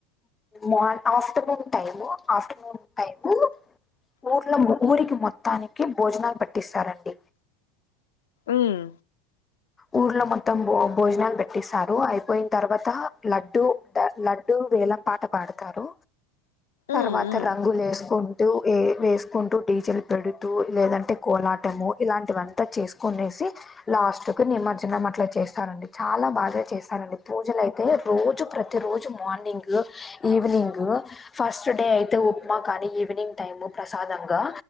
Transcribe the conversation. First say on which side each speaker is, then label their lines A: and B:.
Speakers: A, on the left (about 20°); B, on the left (about 85°).
A: morn afternoon time afternoon time ఊర్లో ఊరికి మొత్తానికి భోజనాలు పట్టిస్తారండి
B: ఊమ్
A: ఊర్లో మొత్తము భో భోజనాలు పెట్టిస్తారు అయిపోయిన తర్వాత లడ్డుూ లడ్డుూ వేలం పాట పాడతారు తర్వాత
B: ఉమ్ ఉమ్
A: రంగులు వేసుకుంటూ ఏ వేసుకుంటూ డీజెల్ పెడుతూ లేదంటే కోలాటము ఇలాంటివంతా చేసుకునేసి లాస్ట్ నిమజ్జనం అట్లా చేస్తారండి చాలా బాగా చేస్తారండి పూజలు అయితే రోజు ప్రతి తి రోజు మార్నింగు ఈవినింగు ఫస్ట్ డే అయితే ఉప్మా కానీ ఈవినింగ్ టైము ప్రసాదంగా